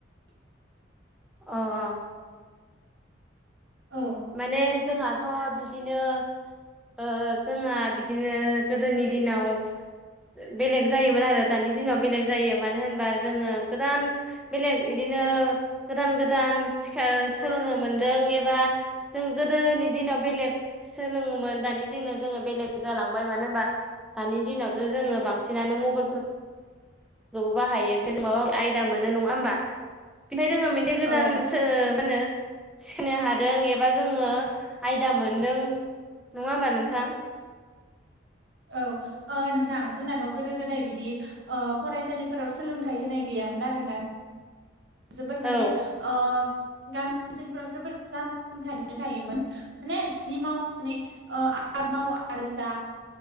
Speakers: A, on the right; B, in the centre.
A: <inaudible>
B: अ' अ'।
A: औ।
B: माने जोंहाथ' बिदिनो ओ जोंहा बिदिनो गोदोनि दिनाव बेलेग जायोमोन आरो दानि दिनाव बेलेग जायो मानो होनबा जोङो गोदान बेलेग बिदिनो गोदान गोदान सिखा सोलोंनो मोनदों एबा जों गोदोनि दिनाव बेलेग सोलोङोमोन दानि दिनाव जोङो बेलेग जालांबाय मानो होनबा दानि दिनावथ' जोङो बांसिनानो मबाइलफोर बो बाहायो बेफाय जों माबा आयदा मोनो नङा होमबा बेनिफाय जोङो गोदानसो
A: औ
B: मा होनो सिखनो हादों ए बा जोङो आयदा मोनदों नङा होमबा नोंथां।
A: औ ओ नोंथां जोंनाथ' गोदो गोदाय बिदि ओ फरायसालिफोराव सोलोंथाइ होनाय गैयामोन आरोना जोबोद माने
B: औ
A: ओ गामि ओनसोलफ्राव जोबोद जामथनो थायोमोन। माने जि मावनानै ओ आबाद मावो आरो जा